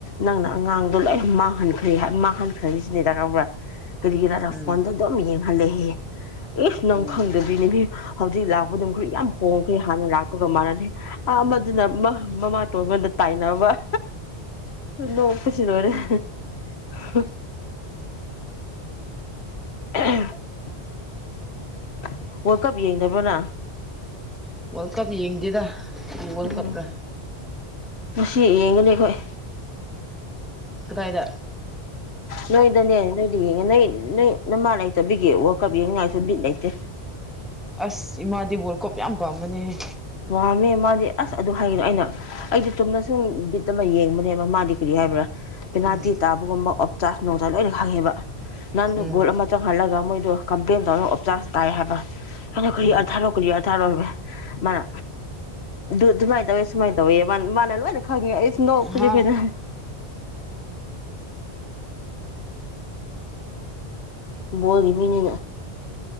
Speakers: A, on the left (about 70°); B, in the centre.
A: ꯅꯪꯪ ꯑꯉꯥꯡꯗꯣ ꯂꯣꯏ ꯃꯥꯡꯍꯟꯈ꯭ꯔꯦ ꯃꯥꯡꯍꯟꯈ꯭ꯔꯅꯤ ꯁꯤꯅꯦꯗꯕ꯭ꯔꯥ ꯀꯔꯤꯂꯤꯌꯥꯔꯥ
B: ꯎꯝ
A: ꯐꯣꯟꯗꯝ ꯌꯦꯡ ꯑꯦ ꯏꯁ ꯅꯪ
B: ꯎꯝ
A: ꯈꯪꯗꯗꯣꯏꯅꯦ ꯃꯤ ꯍꯧꯖꯤꯛ ꯂꯥꯛ ꯑꯗꯨꯝ ꯌꯥꯝ ꯍꯣꯡꯈ꯭ꯔꯦ ꯍꯥꯟꯅ ꯂꯥꯛꯄꯒ ꯃꯥꯟꯅꯗꯦ ꯑꯃꯗꯨꯅ ꯃꯃꯥ ꯇꯣꯟꯉꯣꯟꯗ ꯇꯥꯏꯅꯕ ꯂꯣꯡ ꯄꯨꯁꯤ ꯂꯔꯦ <unintelligible> <unintelligible> ꯋꯥꯔꯜ ꯀꯞ ꯌꯦꯡꯗꯕ꯭ꯔꯣꯅꯪ
B: ꯋꯥꯔꯜꯗ ꯀꯞ ꯌꯦꯡꯗꯗ ꯋꯥꯔꯜ
A: ꯎꯝ
B: ꯀꯞꯗ
A: ꯉꯁꯤ ꯌꯦꯡꯒꯅꯤ ꯑꯩꯈꯣꯏ
B: ꯀꯗꯥꯏꯗ
A: ꯅꯣꯏꯣꯏ ꯗꯅꯦ ꯅꯣꯏꯗꯤ ꯌꯦꯡꯉꯦ ꯅꯣꯏ ꯅꯣꯏ ꯅꯃꯥ ꯂꯩꯇꯕꯤꯒꯤ ꯋꯥ ꯀꯞ ꯌꯦꯡꯉꯥꯏꯁꯨ ꯕꯤꯠ ꯂꯩꯇꯦ
B: ꯑꯁ ꯏꯃꯥꯗꯤ ꯋꯥꯔꯜ ꯀꯞ ꯌꯥꯝ ꯄꯥꯝꯕꯅꯦꯍ
A: ꯄꯥꯝꯃꯦ ꯃꯥꯗꯤ ꯑꯁ ꯑꯗꯨ ꯍꯥꯏꯒꯅꯣ ꯑꯩꯅ ꯑꯩꯗꯤ ꯇꯨꯝꯅ ꯁꯨꯝ ꯕꯤꯠ ꯑꯃ ꯌꯦꯡꯕꯅꯦꯕ ꯃꯥꯗꯤ ꯀꯔꯤ ꯍꯥꯏꯕ꯭ꯔꯥ ꯄꯦꯅꯥꯜꯇꯤ
B: ꯎꯝ
A: ꯇꯥꯕꯒꯨꯝꯕ ꯑꯣꯞꯆꯥꯥꯔꯖ ꯣꯡꯖꯥ ꯂꯣꯏꯅ ꯈꯪꯉꯦꯕ ꯅꯪꯅ
B: ꯎꯝ
A: ꯒꯣꯜ ꯑꯃ ꯆꯪꯍꯜꯂꯒ ꯃꯣꯏꯗꯣ ꯀꯝꯄ꯭ꯂꯦꯟ ꯇꯧꯔꯒ ꯑꯣꯞꯆꯥꯥꯔꯖ ꯇꯥꯏ ꯍꯥꯏꯕ ꯑꯩꯅ ꯈꯔꯤ
B: ꯎꯝ
A: ꯑꯥꯔꯊꯥꯔꯛꯣ ꯈꯔꯤ ꯑꯔꯊꯥꯔꯛꯣ ꯃꯥꯅ ꯗꯨ ꯃꯥꯏꯗꯕꯁꯨꯃꯥꯏꯗꯕ ꯃꯥꯂꯅꯦ ꯈꯪꯉ ꯗꯣ ꯐꯖꯤ
B: ꯍꯥ
A: ꯐꯗ ꯍ <inaudible> ꯕꯣꯜꯒꯤꯃꯤ